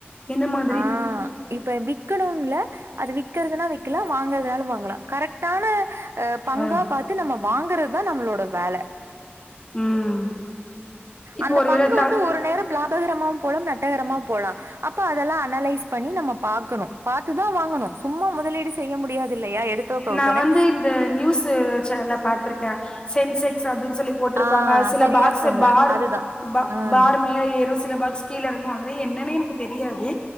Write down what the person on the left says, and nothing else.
எந்த மாதிரி
ஆ
ம் இப்போ
ஒருவேள
த
நான் வந்து இந்த நியூஸ் சனல பாத்ர்க்க சென்செக்ஸ் அப சொல்லி போட்டிருப்பாங்க
சில
பாக்ஸ்
ப
பார் மேல ஏறும் சில பாக்ஸ் கீழறங்கும் என்னன்ன எனக்கு தெரியாது